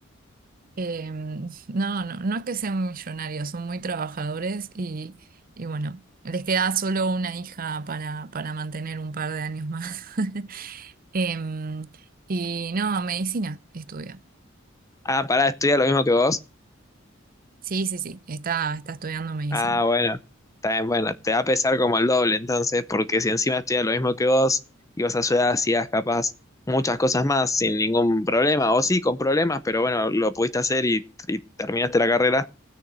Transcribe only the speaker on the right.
Eh, no, no, no es que sean millonarios, son muy trabajadores y, y bueno, les queda solo una hija para, para mantener un par de años más. <laughs> Em, y no, medicina estudia.
Sí, sí, sí, está, está estudiando medicina.